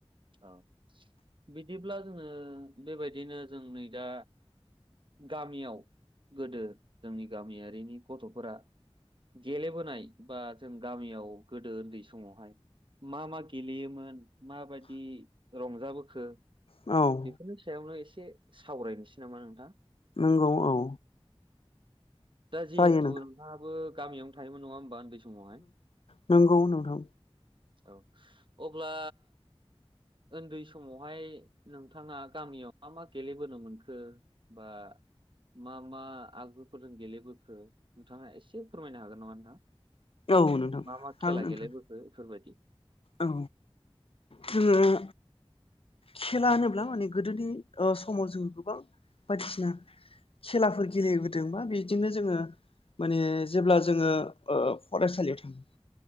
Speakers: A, on the right; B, on the left.
A: औ बिदिब्ला जोङो बेबायदिनो जों नै दा गामियाव गोदो जोंनि गामियारिनि गथ'फोरा गेलेबोनाय बा जों गामियाव गोदो उन्दै समावहाय मा मा गेलेयोमोन माबायदि रंजाबोखो
B: औ
A: बेफोरनि सायावनो एसे सावरायनोसै नामा नोंथां
B: नंगौ औ
A: दा जिहेथु
B: जायो नोंथां
A: नोंथाङाबो गामियावनो थायोमोन नङा होमबा उन्दै समावहाय?
B: नंगौ नोंथां
A: औ अब्ला ओनदै समावहाय नोंथाङा गामियाव मा मा गेलेबोनो मोनखो बा मा मा आगुफोर जों गेलेबोखो नोंथाङा एसे फोरमायनो हागोन नामा नोंथां
B: औ नोंथां
A: मा मा
B: हागोन
A: खेला
B: नोंथां
A: गेलेबोखो इफोरबायदि
B: औ जोङो खेला होनोब्ला माने गोदोनि ओ समाव जोङो गोबां बायदिसिना खेलाफोर गेलेबोदों बा बिदिनो जोङो माने जेब्ला जोङो ओ फरायसालियाव था <unintelligible>